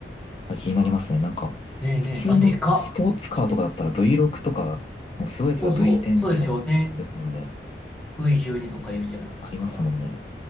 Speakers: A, on the left (about 30°); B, in the centre.
A: あ気になりますね。
B: あ、
A: なんか、
B: ねえねえ、
A: 普通のスポーツカーとかだったら
B: あ、でかっ。
A: V6 とか、もうすごいやつだ
B: そうそう、
A: V10
B: そうですよね。
A: とかですもんね。
B: V12 とか言うじゃないですか。
A: ありますもんね。